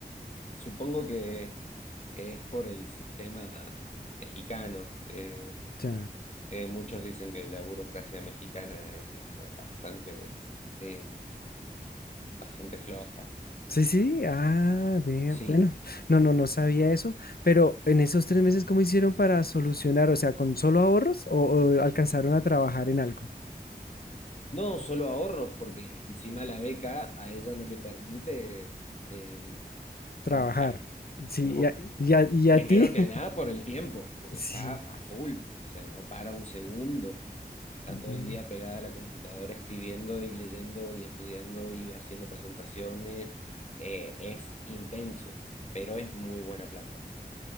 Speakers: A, on the left; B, on the left.
A: supongo que, que es por el sistema mexicano, eh,
B: Ya.
A: que muchos dicen que la burocracia mexicana es bastante, eh, bastante floja.
B: Sí, sí, ah, ve,
A: Sí,
B: bueno, no, no, no sabía eso, pero en esos tres meses, ¿cómo hicieron para solucionar? O sea, ¿con solo ahorros o, o alcanzaron a trabajar en algo?
A: no solo ahorros, porque encima la beca a ella no le permite eh,
B: Trabajar,
A: trabajar,
B: sí,
A: ¿no?
B: y a, y a- y a
A: Primero
B: ti,
A: que
B: <laughs>
A: nada por el tiempo, porque
B: sí.
A: está a full, o sea, no para un segundo, está
B: Mm,
A: todo el día pegada a la computadora escribiendo y leyendo y estudiando y haciendo presentaciones, eh, es intenso, pero es muy buena plata también.